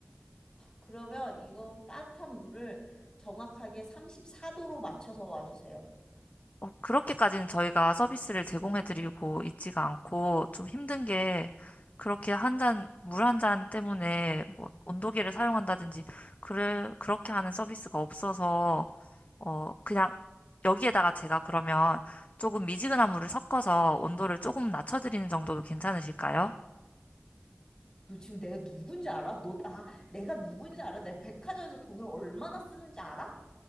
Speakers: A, on the left; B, on the left.
A: 그러면 이거 따뜻한 물을 정확하게 34도로 맞춰서 와주세요.
B: 어, 그렇게까지는 저희가 서비스를 제공해드리고 있지가 않고 좀 힘든 게 그렇게 한 잔, 물 한 잔 때문에 뭐 온도계를 사용한다든지 그래, 그렇게 하는 서비스가 없어서 어, 그냥 여기에다가 제가 그러면 조금 미지근한 물을 섞어서 온도를 조금 낮춰드리는 정도도 괜찮으실까요?
A: 너 지금 내가 누군지 알아? 너 나, 내가 누군지 알아? 내가 백화점에서 돈을 얼마나 쓰는지 알아?